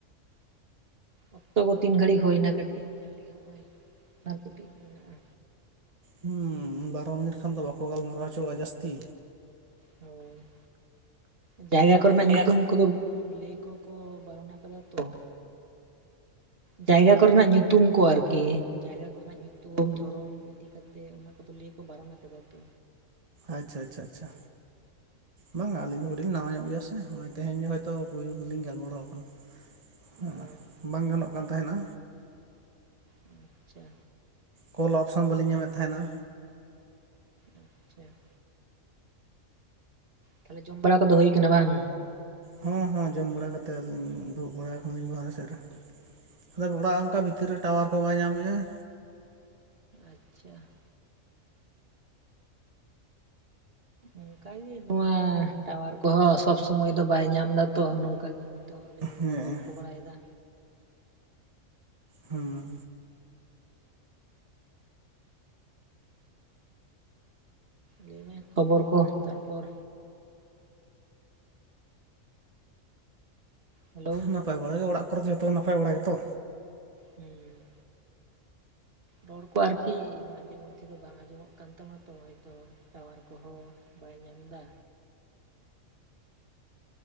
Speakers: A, on the right; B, on the right.
A: ᱚᱠᱛᱚ ᱠᱚ ᱛᱤᱱ ᱜᱷᱟᱹᱲᱤᱠ ᱦᱩᱭᱱᱟ ᱠᱟᱹᱴᱤᱡᱽ ᱤᱧ ᱧᱮᱞ ᱞᱮ ᱱᱚᱜᱼᱚᱭ ᱟᱨ ᱠᱟᱹᱴᱤᱡᱽ ᱢᱮᱱᱟᱜᱼᱟ᱾
B: ᱦᱩᱸ ᱵᱟᱨᱚ ᱢᱤᱱᱤᱴ ᱠᱷᱟᱱ ᱫᱚ ᱵᱟᱠᱚ ᱜᱟᱞᱢᱟᱨᱟᱣ ᱦᱚᱪᱚᱣᱟᱜᱼᱟ ᱡᱟᱹᱥᱛᱤ
A: ᱦᱳᱭ ᱡᱟᱭᱜᱟ ᱠᱚᱨᱮᱱᱟᱜ ᱧᱩᱛᱩᱢ
B: ᱦᱮᱸ
A: ᱠᱚᱫᱚ ᱞᱮᱭ ᱠᱚᱠᱚ ᱵᱟᱨᱚᱱ ᱠᱟᱫᱟ ᱛᱚ ᱡᱟᱭᱜᱟ ᱠᱚᱨᱮᱱᱟᱜ ᱧᱩᱛᱩᱢ ᱠᱚ ᱟᱨᱠᱤ ᱡᱟᱭᱜᱟ ᱠᱚᱨᱮᱱᱟᱜ ᱧᱩ ᱛᱩ ᱫᱷᱚᱨᱚᱢ ᱤᱫᱤ ᱠᱟᱛᱮ ᱚᱱᱟ ᱠᱚᱫᱚ ᱞᱮᱭ ᱠᱚ ᱵᱟᱨᱚᱱ ᱠᱟᱫᱟ ᱛᱚ
B: ᱟᱪᱪᱷᱟ ᱟᱪᱪᱷᱟ ᱟᱪᱪᱷᱟ ᱵᱟᱝᱼᱟ ᱟᱹᱞᱤᱧ ᱫᱚ ᱠᱟᱹᱴᱤᱡᱽ ᱞᱤᱧ ᱱᱟᱣᱟ ᱧᱚᱜ ᱜᱮᱭᱟ ᱥᱮ ᱦᱚᱜᱼᱚᱭ ᱛᱮᱦᱮᱧ ᱜᱮ ᱦᱚᱭᱛᱳ ᱯᱳᱭᱞᱳ ᱞᱤᱧ ᱜᱟᱞᱢᱟᱨᱟᱣ ᱠᱟᱱᱟ᱾ ᱦᱮᱸ
A: ᱚ
B: ᱵᱟᱝ ᱜᱟᱱᱚᱜ ᱠᱟᱱ ᱛᱟᱦᱮᱱᱟ᱾
A: ᱟᱪᱪᱷᱟ
B: ᱠᱚᱞ ᱚᱯᱥᱚᱱ ᱵᱟᱹᱞᱤᱧ ᱧᱟᱢᱮᱫ ᱛᱟᱸᱦᱮᱱᱟ᱾
A: ᱟᱪᱪᱷᱟ ᱛᱟᱦᱚᱞᱮ ᱡᱚᱢ ᱵᱟᱲᱟ ᱠᱚᱫᱚ ᱦᱩᱭ ᱠᱟᱱᱟ ᱵᱟᱝ?
B: ᱦᱚᱸ ᱦᱚᱸ ᱡᱚᱢ ᱵᱟᱲᱟ ᱠᱟᱛᱮᱫ ᱟᱹᱞᱤᱧ ᱫᱩᱲᱩᱵ ᱵᱟᱲᱟ ᱠᱷᱚᱱᱞᱤᱧ ᱵᱟᱦᱟ ᱥᱮᱫᱨᱮ᱾ ᱟᱫᱚ ᱚᱲᱟᱜ ᱚᱱᱠᱟ ᱵᱷᱤᱛᱤᱨ ᱨᱮ ᱴᱟᱣᱟᱨ ᱠᱚ ᱵᱟᱭ ᱧᱟᱢᱮᱼᱟᱭ᱾
A: ᱟᱪᱪᱷᱟ ᱚᱱᱠᱟᱜᱮ ᱱᱚᱣᱟ ᱴᱟᱣᱟᱨ ᱠᱚᱦᱚᱸ ᱥᱚᱵᱽ ᱥᱚᱢᱚᱭ ᱫᱚ ᱵᱟᱭ ᱧᱟᱢ ᱫᱟᱛᱚ ᱱᱚᱝᱠᱟ ᱜᱮ ᱦᱚᱭ ᱱᱤᱛᱚᱜ ᱟᱹᱰᱤ ᱦᱚᱲ ᱜᱮᱠᱚ
B: ᱦᱮᱸ
A: ᱜᱚᱞᱯᱷᱚ ᱵᱟᱲᱟᱭᱮᱫᱟ᱾
B: ᱦᱩᱸ
A: ᱞᱟᱹᱭᱢᱮ ᱠᱷᱚᱵᱚᱨ ᱠᱚ ᱛᱟᱨᱯᱚᱨ ᱦᱮᱞᱳ
B: ᱱᱟᱯᱟᱭ ᱵᱟᱲᱟ ᱜᱮ ᱚᱲᱟᱜ ᱠᱚᱨᱮ ᱫᱚ ᱡᱚᱛᱚ ᱱᱟᱯᱟᱭ ᱵᱟᱲᱟᱜ ᱜᱮᱛᱚ?
A: ᱦᱩᱸ ᱨᱚᱲ ᱠᱚ ᱟᱨᱠᱤ ᱢᱟᱡᱷᱮ ᱢᱚᱫᱽᱫᱷᱮ ᱫᱚ ᱵᱟᱝ ᱟᱸᱡᱚᱢᱚᱜ ᱠᱟᱱ ᱛᱟᱢᱟ ᱛᱚ ᱦᱚᱭᱛᱚ ᱴᱟᱣᱟᱨ ᱠᱚᱦᱚᱸ ᱵᱟᱭ ᱧᱟᱢ ᱫᱟ᱾